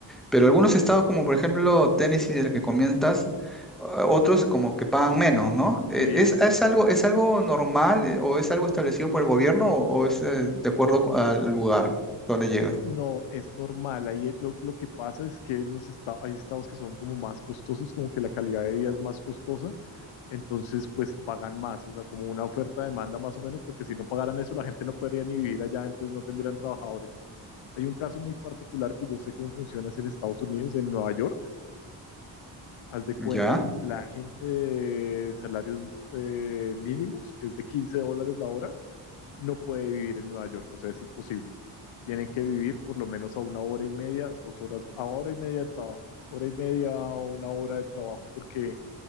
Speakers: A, in the centre; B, on the left.
A: Pero algunos estados, como por ejemplo Tennessee, del que comentas, o- otros como que pagan menos, ¿no? E-
B: Sí,
A: ¿Es, es algo, es algo normal eh, o es algo establecido por el gobierno o, o es eh, de acuerdo co- al lugar donde llegas?
B: No, es normal. Ahí eh, lo, lo que pasa es que en los estados, hay estados que son como más costosos, como que la calidad de vida es más costosa, entonces pues pagan más, o sea, como una oferta-demanda más o menos, porque si no pagaran eso la gente no podría ni vivir allá, entonces no tendrían trabajadores. Hay un caso muy particular que yo sé cómo funciona es en Estados Unidos, en Nueva York. Haz de cuenta,
A: Ya.
B: la la gente de salarios eh, mínimos, que es de 15 dólares la hora, no puede vivir en Nueva York, o sea, es imposible. Tienen que vivir por lo menos a una hora y media, dos horas, a hora y media del trabajo, hora y media o una hora del trabajo, porque